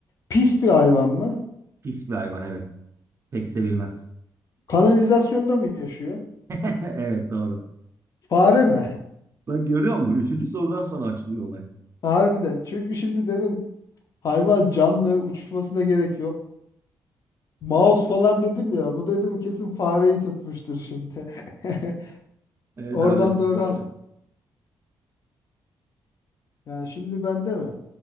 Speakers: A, on the left; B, on the right.
A: Pis bir hayvan mı?
B: Pis bir hayvan evet. Pek sevilmez.
A: Kanalizasyonda mı yaşıyor?
B: <laughs> Evet doğru.
A: Fare mi?
B: Bak görüyor musun? Üçüncü sorudan sonra açılıyor olay.
A: <laughs> Harbiden. Çünkü şimdi dedim hayvan canlı uçmasına gerek yok. Mouse falan dedim ya. Bu dedim kesin fareyi tutmuştur şimdi. <laughs>
B: Evet
A: Oradan
B: abi. Tutun
A: doğru.
B: mu?
A: Yani şimdi bende mi?